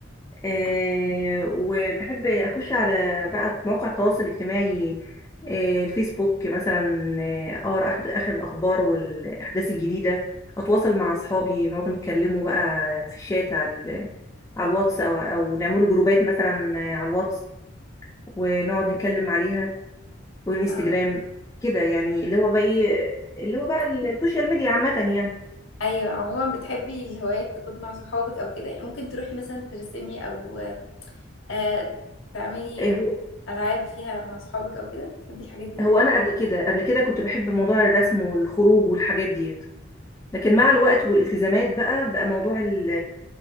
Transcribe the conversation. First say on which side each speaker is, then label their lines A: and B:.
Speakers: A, on the left; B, on the left.
A: آه، وبحب اخش على بقى مواقع التواصل الاجتماعي آه، الفيسبوك مثلا آه، اقرا أحد- اخر الاخبار والاحداث الجديده اتواصل مع اصحابي نقعد نتكلموا بقى في الشات على ال- على الواتس او او نعملوا جروبات مثلا آه، على الواتس ونقعد نتكلم عليها والانستجرام
B: اه
A: كده يعني اللي هو بقى ايه اللي هو بقى السوشيال ميديا عامه يعني
B: ايوه عموما بتحبي الهوايات تكون مع صحابك او كده ممكن تروحي مثلا ترسمي او آه تعملي
A: آه، هو
B: العاب فيها مع صحابك او كده تحبي الحاجات دي
A: هو انا قبل كده قبل كده كنت بحب موضوع الرسم والخروج والحاجات ديت لكن مع الوقت والالتزامات بقى بقى موضوع ال